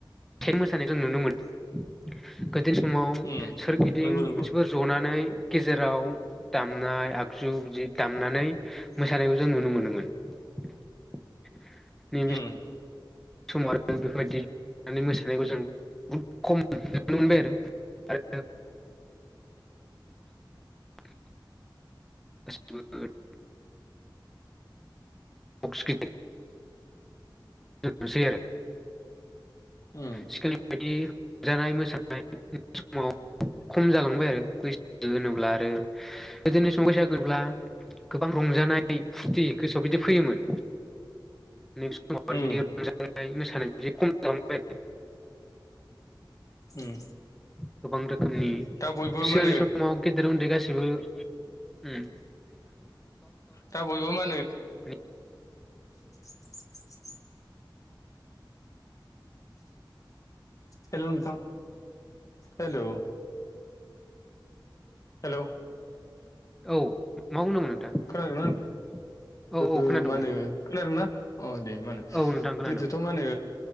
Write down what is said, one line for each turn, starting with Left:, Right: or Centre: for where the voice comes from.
Centre: थें मोसानायखौ जों नुनो मोन। <unintelligible> समाव
Left: उम
Centre: सोरगिदिं
Left: नंगौ नंगौ
Centre: मोनसिफोर जनानै। गेजेराव दामनाय आगजु बिदि दामनानै मोसानायखौ जों नुनो मोनोमोन। नि मिस
Left: उम
Centre: समाव बेफोरबायदि मोसानायखौ जों बहुद खम नुनो मोनबाय आरो। आरो <unintelligible> फास <unintelligible> <unintelligible> नोसै आरो
Left: उम
Centre: सिकोलनि बायदि जानाय मोसानाय समाव खम जालांबाय आरो बैस दो होनोब्ला आरो गोदोनि <unintelligible> गोबां रंजानाय फुरथि गोसोआव बिदि फैयोमोन नैबे समाव <unintelligible>
Left: उम
Centre: ओमफ्राय मोसानाय बिदि खम जालांबाय
Left: उम
Centre: गोबां रोखोमनि
Left: दा बयबो
Centre: सिगांनि
Left: मा होनो
Centre: समाव गे देर उन्दै गासिबो उम
Left: दा बयबो मा होनो
Centre: <unintelligible>
Left: <inaudible> हेल' नोंथां हेल' हेल'
Centre: औ मा बुंदोंमोन नोंथां
Left: खोनादोंना
Centre: औ औ
Left: ओ
Centre: खोनादों
Left: मा
Centre: बुं
Left: होनो खोनादोंना अ दे मा होनो
Centre: औ नोंथां खोनादों
Left: गोदोथ' मा होनो